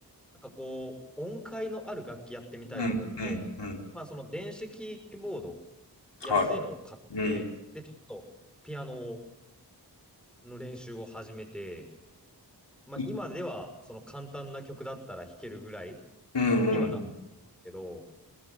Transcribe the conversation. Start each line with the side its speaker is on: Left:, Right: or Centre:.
Centre: なんかこう、音階のある楽器やってみたいと思って、
Left: うんうんうん。
Centre: まあ、その電子キーボード、安いのを買って、
Left: はい。うん。
Centre: で、ちょっとピアノの練習を始めて、まあ、
Left: い
Centre: 今ではその簡単な曲だったら弾けるぐらい
Left: うんうん。
Centre: にはなったんですけど、